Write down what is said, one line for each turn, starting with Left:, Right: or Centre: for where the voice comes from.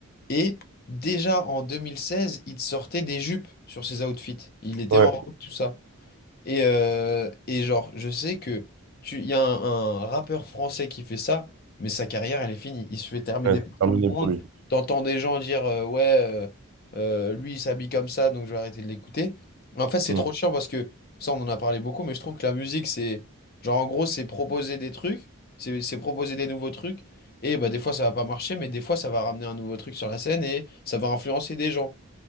Left: Et déjà en 2016, il te sortait des jupes sur ses outfits. Il était
Right: Ouais,
Left: en robe, tout ça. Et, euh, et genre, je sais que tu, il y a un, un rappeur français qui fait ça, mais sa carrière, elle est finie. Il se fait terminer
Right: ouais, c'est
Left: par
Right: terminé
Left: tout le monde.
Right: pour lui.
Left: T'entends des gens dire euh, ouais, euh, euh, lui, il s'habille comme ça, donc je vais arrêter de l'écouter. En fait, c'est
Right: Mm,
Left: trop chiant parce que ça, on en a parlé beaucoup, mais je trouve que la musique, c'est genre, en gros, c'est proposer des trucs, c'est c'est proposer des nouveaux trucs. Et bah, des fois, ça va pas marcher, mais des fois, ça va ramener un nouveau truc sur la scène et ça va influencer des gens.